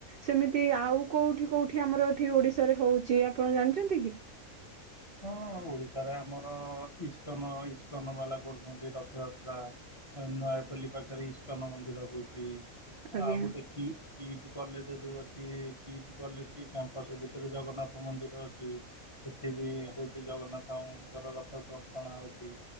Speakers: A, on the right; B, on the left.
A: ସେମିତି ଆଉ କୋଉଠି କୋଉଠି ଆମର ଏଠି ଓଡ଼ିଶାରେ ହଉଚି ଆପଣ ଜାଣିଚନ୍ତି କି?
B: ହଁ ଓଡ଼ିଶାରେ ଆମର ଇସ୍କନ ଇସ୍କନ ବାଲା କରୁଛନ୍ତି ରଥଯାତ୍ରା ହେ ନୟାପଲୀ ପାଖରେ ଇସ୍କନ ମନ୍ଦିର ହଉଛି
A: ଆଜ୍ଞା
B: ଆଉ ଗୋଟେ କି କିଟି କଲେଜେ ଯଉ ଅଛି କିଟି କଲେକି କ୍ୟାମ୍ପସ ଭିତରେ ଜଗନ୍ନାଥ ମନ୍ଦିର ଅଛି। ସେଠି ବି ହଉଛି ଜଗନ୍ନାଥଙ୍କର ରଥ ଟ ଟଣା ହଉଚି।